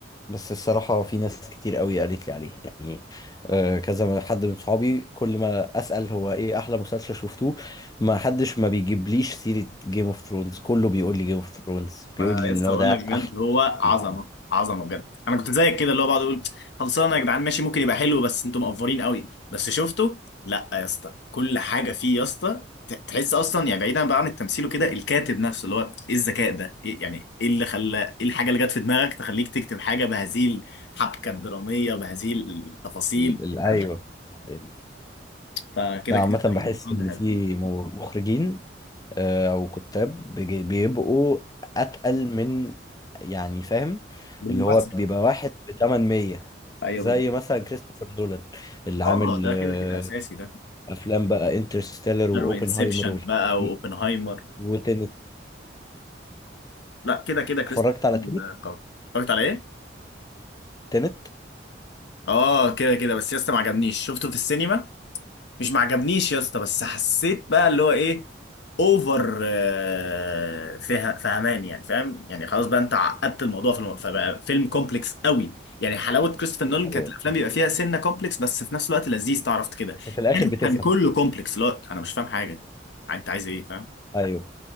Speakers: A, on the left; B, on the left.
A: بس الصراحة في ناس كتير قوي قالت لي عليه يعني آه، كذا من- حد من صحابي كل ما أسأل هو إيه أحلى مسلسل شفتوه ما حدش ما بيجيبليش سيرة جيم اوف ثرونز كله بيقول لي جيم اوف ثرونز بيقول
B: ما
A: لي
B: انا
A: إن
B: لسه
A: هو
B: بقول
A: ده
B: لك
A: أحلى
B: بجد هو
A: مسلسل
B: عظمه
A: اتعمل
B: عظمه بجد انا كنت زيك كده اللي هو بقعد اقول خلصانه يا جدعان ماشي ممكن يبقى حلو بس انتوا مقفرين قوي بس شفته لا يا اسطى كل حاجه فيه يا اسطى ت- تحس اصلا يعني بعيدا بقى عن التمثيل وكده الكاتب نفسه اللي هو ايه الذكاء ده إيه يعني ايه اللي خلى ايه الحاجه اللي جت في دماغك تخليك تكتب حاجه بهذه الحبكه الدراميه بهذه التفاصيل
A: ال- ال- أيوه
B: فاهم
A: ال-
B: فكده
A: لا
B: كده
A: عامة بحس
B: Game of Thrones
A: إن
B: حلو
A: في م- مخرجين آه، أو كتاب بيجي- بيبقوا أتقل من يعني فاهم
B: بالممثل
A: اللي هو بيبقى واحد ب 800
B: ايوه
A: زي
B: بالظبط.
A: مثلا كريستوفر نولان اللي
B: اه
A: عامل
B: ده
A: آه،
B: كده كده اساسي ده
A: افلام بقى انترستيلر واوبنهايمر
B: انسبشن
A: والحاجات
B: بقى
A: دي
B: واوبنهايمر
A: وتنت
B: لا كده كده كريستوفر
A: اتفرجت على
B: نولان
A: تنت
B: قوي اتفرجت على ايه؟
A: تنت
B: اه كده كده بس يا اسطى ما عجبنيش شفته في السينما مش ما عجبنيش يا اسطى بس حسيت بقى اللي هو ايه اوفر آه، فه- فهمان يعني فاهم يعني خلاص بقى انت عقدت الموضوع في الم... فبقى فيلم كومبلكس قوي يعني حلاوه كريستوفر نولان
A: ايوه
B: كانت
A: الحاجات.
B: الافلام بيبقى فيها سنه كومبلكس بس في نفس الوقت لذيذ تعرف كده
A: بس في الاخر
B: كده
A: بتفهم
B: كان كله كومبلكس لا انا مش فاهم حاجه انت عايز ايه فاهم
A: ايوه